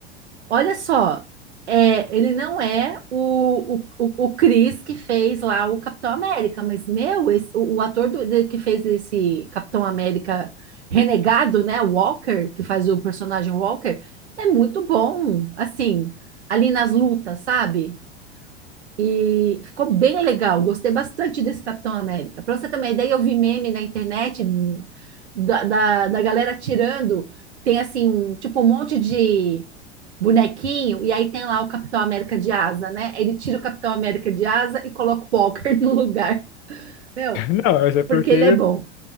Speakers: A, on the right; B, on the left.
A: Olha só, é, ele não é o, o, o, o Chris que fez lá o Capitão América, mas, meu, esse- o, o ator do- de- que fez esse Capitão América renegado, né, Walker, que faz o personagem Walker, é muito bom, assim, ali nas lutas, sabe? E ficou bem legal, gostei bastante desse Capitão América. Para você ter uma ideia, eu vi meme na internet da, da, da galera tirando, tem assim, um, tipo, um monte de bonequinho, e aí tem lá o Capitão América de asa, né? Ele tira o Capitão América de asa e coloca o Walker <laughs> no lugar. Meu,
B: Não, mas é porque
A: porque ele é bom.